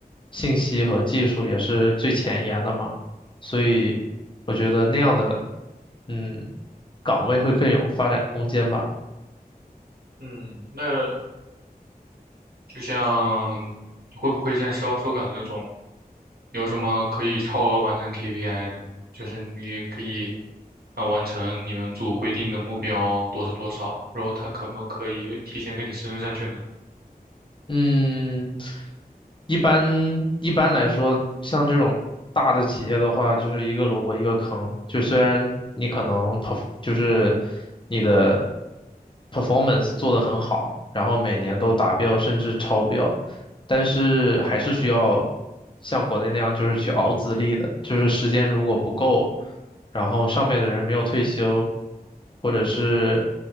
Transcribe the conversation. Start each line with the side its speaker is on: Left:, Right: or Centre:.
Left: 信息和技术也是最前沿的嘛，所以我觉得那样的嗯岗位会更有发展空间吧。
Right: 嗯，那就像你会不会像销售岗那种，有什么可以超额完成 KPI 的？就是你可以啊、完成你们组规定的目标多少多少，然后他可不可以提前给你升上去呢？
Left: 嗯，一般一般来说，像这种大的企业的话，就是一个萝卜一个坑。就虽然你可能 p e r 就是你的 performance 做得很好，然后每年都达标甚至超标，但是还是需要像国内那样就是去熬资历的，就是时间如果不够。然后上面的人没有退休，或者是